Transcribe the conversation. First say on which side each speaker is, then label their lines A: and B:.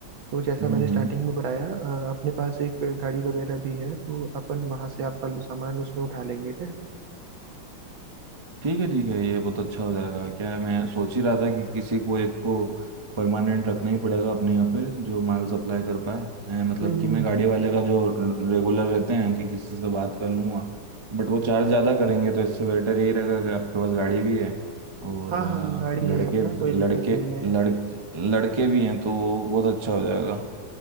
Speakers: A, on the right; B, on the right.
A: तो जैसा
B: हम्म
A: मैंने स्टार्टिंग
B: हम्म
A: में बताया अ, अपने पास एक गाड़ी वगैरह भी है तो अपन वहां से आपका सामान उसमें उठा लेंगे क्या
B: ठीक है ठीक है ये बहुत अच्छा हो जाएगा क्या है मैं सोच ही रहा था कि किसी को एक को परमानेंट रखना ही पड़ेगा अपने यहाँ पे जो माल सप्लाई कर पाए हैं, मतलब
A: हम्म
B: कि
A: हम्म
B: मैं गाड़ी वाले का जो रेगुलर रहते हैं कि किसी से बात कर लूँगा बट वो चार्ज ज़्यादा करेंगे तो इससे बेटर यही रहेगा कि आपके पास गाड़ी भी है और
A: हाँ हाँ गाड़ी
B: अ, लड़के
A: है अपना कोई
B: लड़के
A: दिक्कत नहीं है
B: लड़ लड़के भी हैं तो बहुत अच्छा हो जाएगा